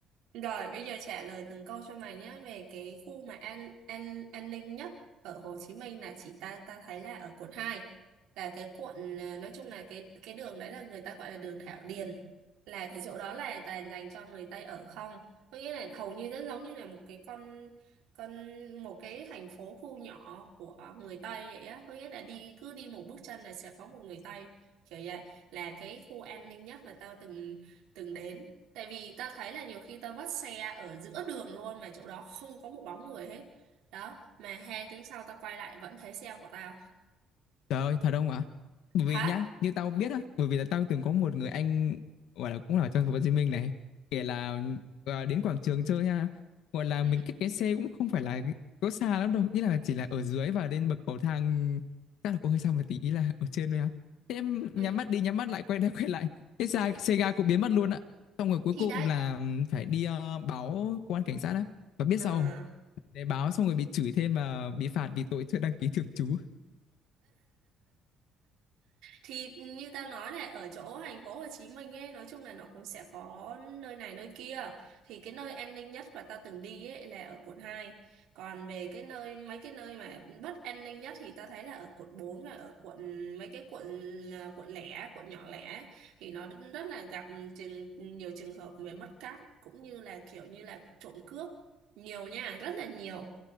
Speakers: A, on the right; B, on the left.
A: Rồi bây giờ trả lời từng câu cho mày nhé về cái khu mà an an an ninh nhất ở Hồ Chí Minh là chỉ ta ta thấy là ở quận hai là cái quận ờ, nói chung là cái cái đường đấy là người ta gọi là đường Thảo Điền là cái chỗ đó là toàn dành cho người Tây ở không có nghĩa là hầu như rất giống như là một cái con con một cái thành phố khu nhỏ của người Tây vậy á có nghĩa là đi cứ đi một bước chân là sẽ có một người Tây kiểu vậy là cái khu an ninh nhất mà tao từng từng đến Tại vì ta thấy là nhiều khi ta vắt xe ở giữa đường luôn mà chỗ đó không có một bóng người hết. Đó, mà hai tiếng sau ta quay lại vẫn thấy xe của tao.
B: Trời ơi, thật không ạ? Bởi
A: Thật.
B: vì nhá, như tao biết á, bởi vì là tao từng có một người anh gọi là cũng là ở trong thành phố Hồ Chí Minh này, kể là à, đến quảng trường chơi ha, gọi là
A: Ừ,
B: mình cách cái xe cũng không phải là có xa lắm đâu, ý là chỉ là ở dưới và lên bậc cầu thang chắc là cũng hơi xa một tí, ý là ở trên thôi á. Thế em nhắm
A: ừ.
B: mắt đi, nhắm mắt lại quay ra quay lại, cái xe xe ga cũng biến mất luôn á. Xong rồi cuối
A: Thì
B: cùng
A: đấy.
B: là phải đi ờ, báo công an cảnh sát á. Và biết sao
A: À.
B: không? Để báo xong rồi bị chửi thêm mà bị phạt vì tội chưa đăng ký thường trú.
A: thì như tao nói này ở chỗ thành phố Hồ Chí Minh ấy nói chung là nó cũng sẽ có nơi này nơi kia thì cái nơi an ninh nhất mà tao từng đi ấy là ở quận hai còn về cái nơi mấy cái nơi mà bất an ninh nhất thì tao thấy là ở quận 4 và ở quận mấy cái quận à, quận lẻ quận nhỏ lẻ thì nó rất rất là gặp trường, nhiều trường hợp về mất cắp cũng như là kiểu như là trộm cướp nhiều nha rất là nhiều